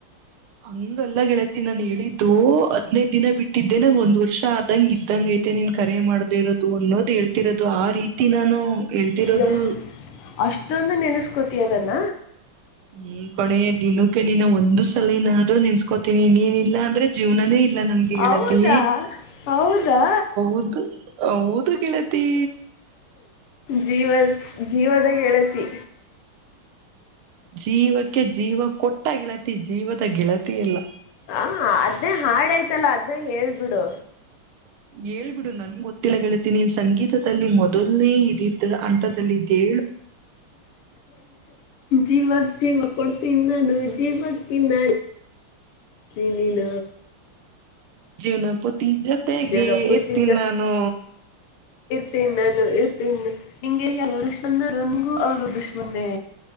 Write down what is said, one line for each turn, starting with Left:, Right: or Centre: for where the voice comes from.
Right: ಹಂಗಲ್ಲ ಗೆಳತಿ ನಾನ್ ಹೇಳಿದ್ದು ಹಾದ್ನಯ್ ದಿನ ಬಿಟ್ಟಿದ್ದೆ ನಂಗ ಒಂದ್ ವರ್ಷ ಆದಂಗ ಇದ್ದಂಗ ಐ ಮತ್ತೆ ನಿನ್ ಕರೆ ಮಾಡದಿ ಇರೋದು ಅನ್ನೋದು ಹೇಳ್ತಿರೋದು ಆ ರೀತಿ ನಾನು ಹೇಳ್ತಿರೋದು
Left: ಯಪ್ ಅಷ್ಟೊಂದು ನೆನೆಸ್ಕೋತಯ ನನ್ನ
Right: ಹ್ಮ್ ಕೊನೆಯ ದಿನಕ್ಕೆ ನೀನ್ನ ಒಂದು ಸಲ ನಾದ್ರೂ ನೆನ್ಸ್ಕೋತೀನಿ ಇನ್ನೇನಿಲ್ಲಾ ಅಂದ್ರೆ ಜೀವನೇ ಇ ಇಲ್ಲ ನನ್ಗೆ
Left: ಹೌದಾ
Right: ಹೇಳತಿ
Left: ಹೌದಾ
Right: ಉದು ಉದು ಗೆಳತಿ
Left: ಜೀವ ಜೀವದ ಗೆಳತಿ
Right: ಜೀವಕ್ಕೆ ಜೀವ ಕೊಟ್ಟ ಗೆಳತಿ ಜೀವದ ಗೆಳತಿ ಎಲ್ಲ
Left: ಹ ಅದ್ನೇ ಹಾಡ್ಯ್ತಲ್ಲ ಅದ್ನೇ ಹೇಳ್ಬಿಡು
Right: ಹೇಳ್ಬಿಡು ನನ್ ಗೊತ್ತಿಲ್ಲ ಕೇಳ್ತೀಿ ನೀನ್ ಸಂಗೀತದಲ್ಲಿ ಮೊದಲ್ನೇ ಇದಿದ್ರ ಅಂತದಲ್ಲಿ ಇದ್ದೇ
Left: ಹ ಜೀವಕ್ ಜೀವ ಕೊಡ್ತೀ ನಾನು ಜೀವ ತಿನ್ನ ತಿಲಿನ
Right: ಜೀವನಪುತಿ ಜೊತೆಗೆ
Left: ಜೀವನ ಪೂರ್ತಿ
Right: ಇರ್ತೀನಿ ನಾನು
Left: ಇರ್ತೀನ್ಿ ನಾನು ಇರ್ತೀನಿ ನಿಂಗೆ ಎಲ್ಲ ದುಶ್ಮನ್ ನನ್ಗೂ ಅವರು ದುಶ್ಮನೆ